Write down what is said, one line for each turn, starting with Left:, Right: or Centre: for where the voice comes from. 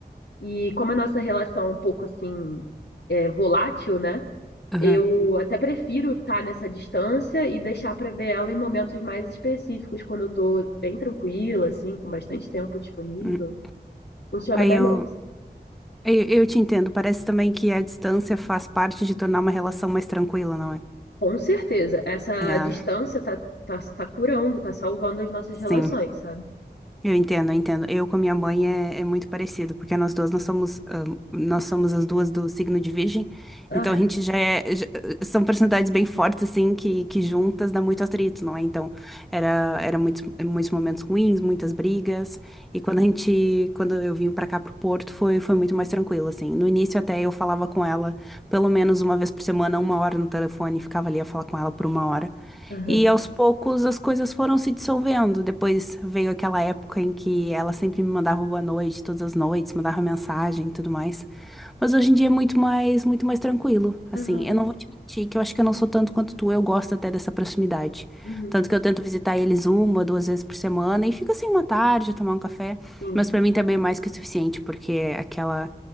Left: e como a nossa relação é um pouco assim é, volátil, né?
Centre: uhum.
Left: Eu até prefiro estar nessa distância e deixar para ver ela em momentos mais específicos, quando eu tô bem tranquila, assim, com bastante tempo disponível.
Centre: Uhum.
Left: Funciona
Centre: Aí
Left: melhor.
Centre: eu Eu, eu te entendo. Parece também que a distância faz parte de tornar uma relação mais tranquila, não é?
Left: Com certeza, essa
Centre: É,
Left: distância tá, tá, tá curando, tá salvando as nossas relações,
Centre: sim.
Left: sabe?
Centre: Eu entendo, eu entendo. Eu com a minha mãe é, é muito parecido, porque nós duas nós somos, ah, nós somos as duas do signo de Virgem,
Left: Ah,
Centre: então a gente já é, já- são personalidades bem fortes assim que, que juntas dá muito atrito, não é? Então Era, era muitos, muitos momentos ruins, muitas brigas. E quando a gente, quando eu vim pra cá pro Porto, foi, foi muito mais tranquilo, assim. No início até eu falava com ela pelo menos uma vez por semana, uma hora no telefone, ficava ali a falar com ela por uma hora.
Left: aham,
Centre: E aos poucos as coisas foram se dissolvendo. Depois veio aquela época em que ela sempre me mandava boa noite, todas as noites, mandava mensagem e tudo mais. Mas hoje em dia é muito mais, muito mais tranquilo. Assim,
Left: aham,
Centre: eu não vou te mentir que eu acho que eu não sou tanto quanto tu, eu gosto até dessa proximidade.
Left: uhum,
Centre: Tanto que eu tento visitar eles uma, duas vezes por semana e fica assim uma tarde, tomar um café.
Left: sim.
Centre: Mas pra mim também é mais que o suficiente, porque é aquela.